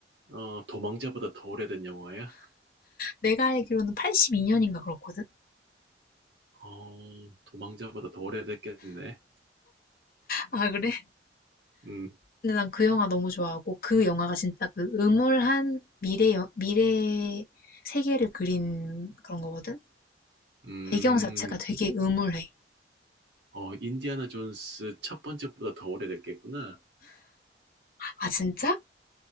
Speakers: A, on the right; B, on the left.
A: 어, 도망자보다 더 오래된 영화야?
B: 내가 알기로는 82년인가 그렇거든.
A: 어, 도망자보다 더 오래됐겠네.
B: 아, 그래?
A: 음,
B: 근데 난 그 영화 너무 좋아하고 그 영화가 진짜 그 음울한 미래 여- 미래 세계를 그린 그런 거거든.
A: 음.
B: 배경 자체가 되게 음울해.
A: 어, 인디아나 존스 첫 번째보다 더 오래됐겠구나.
B: 아 진짜?